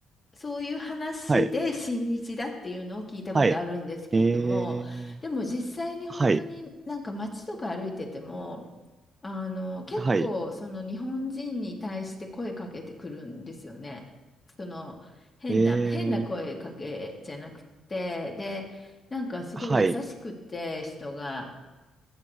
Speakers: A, on the left; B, on the right.
A: そういう話で親日だっていうのを聞いたことあるんですけれども、
B: はい。はい。えー、
A: でも実際に本当になんか街とか歩いてても、
B: はい。
A: あの、結構その日本人に対して声かけてくるんですよね。
B: はい。
A: その変な、
B: えー、
A: 変な声かけじゃなくて、で、なんかすごい優しくて人が。
B: はい。